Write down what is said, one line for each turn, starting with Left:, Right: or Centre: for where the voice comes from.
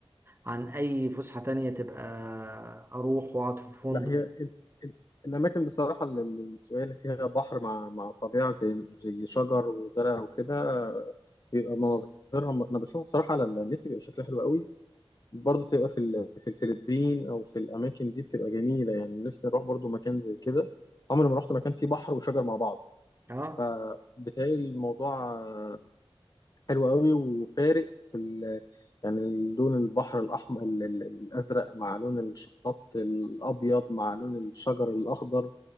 Right: عن اي فسحة تانية تبقى اروح واقعد في فندق
Left: لا هي ال- ال- الاماكن بصراحه ال- ال- السوية اللي فيها بحر مع مع طبيعه زي زي شجر وزرع وكده آه، بيبقى مناظرها انا بشوفه بصراحه على النت بيبقى شكلها حلو قوي برضه بتبقى في ال- في الفلبين او في الاماكن دي بتبقى جميله يعني نفسي اروح برضه مكان زي كده عمري ما رحت مكان فيه بحر وشجر مع بعض
Right: اه
Left: فبتهيألي الموضوع آه، حلو قوي وفارق في ال... يعني لون البحر الاحمر ال- ال- الازرق مع لون الشط الابيض مع لون الشجر الاخضر